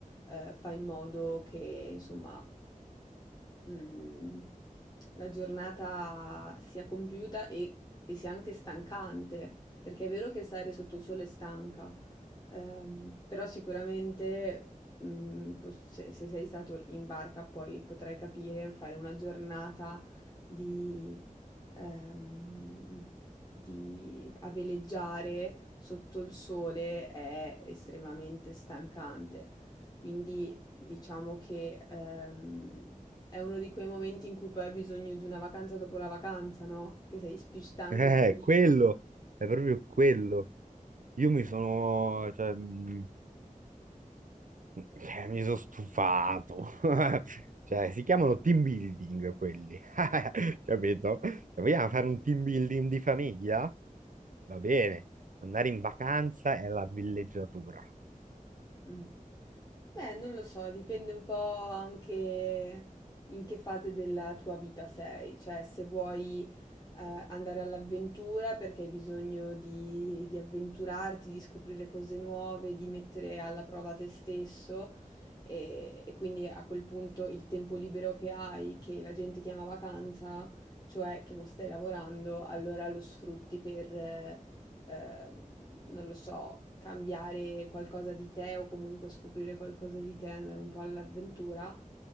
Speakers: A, on the left; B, on the right.
A: eh, fa in modo che insomma mhmm, la giornata sia compiuta e e sia anche stancante, perché è vero che stare sotto il sole è stanca, ehm, però sicuramente, mhmm, pos se se sei stato in barca poi potrai capire, fare una giornata di ehm, di a veleggiare sotto il sole è estremamente stancante. Quindi diciamo che ehm, è uno di quei momenti in cui poi hai bisogno di una vacanza dopo la vacanza, no? Che sei più stanco
B: Eh,
A: di prima.
B: quello, è proprio quello. Io mi sono, cioè, mm, Eh, mi sono stufato. <laughs> Cioè, si chiamano team building quelli, <laughs> capito? Se vogliamo fare un team building di famiglia? Va bene, andare in vacanza è la villeggiatura.
A: Mh. Beh, non lo so, dipende un po' anche in che fase della tua vita sei, cioè se vuoi, ehm, andare all'avventura perché hai bisogno di di avventurarti, di scoprire cose nuove, di mettere alla prova te stesso, ehm, e quindi a quel punto il tempo libero che hai, che la gente chiama vacanza, cioè che non stai lavorando, allora lo sfrutti per eh, ehm, non lo so, cambiare qualcosa di te o comunque scoprire qualcosa di te, andare un po' all'avventura,